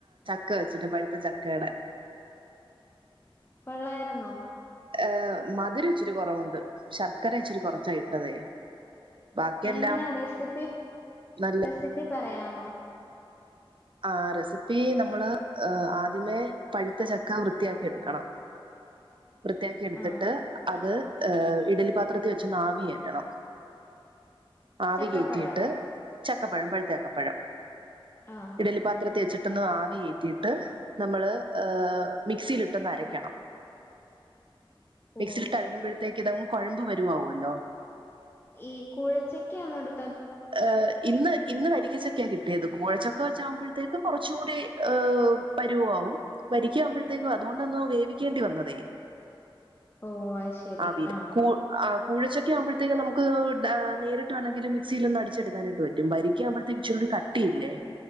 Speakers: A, on the right (about 60°); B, on the left (about 25°).
A: ക്ക വെച്ചിട്ട് പഴുത്ത ചക്കേടെ
B: കൊള്ളായിരുന്നോ
A: ഏ മധുരം ഇച്ചിരി കൊറവ്ണ്ട് ശർക്കര ഇച്ചിരി കൊറച്ചാ ഇട്ടതേ ബാക്കിയെല്ലാം
B: എങ്ങനാ റെസിപ്പി
A: നല്ല
B: റെസിപ്പി പറയാമോ
A: ആ റെസിപ്പി നമ്മള് ആദ്യമേ പഴുത്ത ചക്ക വൃത്തിയാക്കി എടുക്കണം വൃത്തിയാക്കി എടുത്തിട്ട്
B: ആഹ്
A: അത് ഇഡ്‌ഢലി പാ ത്രത്തി വെച്ചൊന്നാവി കേറ്റണം ആവി
B: ചക്കപ്പഴം
A: കേറ്റിട്ട് ചക് പഴം പഴുത്ത ചക്കപ്പഴം
B: ആഹ്
A: ഇഡ്ഢലി പാത്രത്തി വെച്ചിട്ട് പെട്ടെന്ന് ആവി കേറ്റിയിട്ട് നമ്മള് മിക്സിയിൽ ഇട്ടൊന്ന് അരക്കണം
B: ഓ
A: മിക്സിയിൽ അരയ്ക്കുമ്പോഴത്തേക്ക് ഇത കൊഴമ്പ് പരുവാവുല്ലോ
B: ഈ കൂഴച്ചക്കയാണോ എടു
A: ഏ ഇന്ന് ഇന്ന് വരിക്കച്ച ക്യാ കിട്ടിയത് കൂഴച്ചക്കവെച്ചാകുമ്പഴത്തേക്കും കുറച്ചുടി ഏ പരുവാവും വരിക്കമ്പോഴത്തേക്കും അതുകൊണ്ടാന്ന് വേവിക്കേണ്ടി വന്നതേ
B: ഓ അത് ശരി
A: ആവിയിൽ
B: ആഹ്
A: കു അ കൂഴച്ചക്ക ആവുമ്പോഴത്തേക്ക് നമുക്ക് നേരിട്ട് വേണമെങ്കിലും മിക്സിയിൽ ഒന്ന് അടിച്ചെടുക്കാനായിട്ട് പറ്റും വരിക്ക ആകുമ്പഴത്തേക്ക് ഇച്ചരി കൂടി കട്ടിയില്ലേ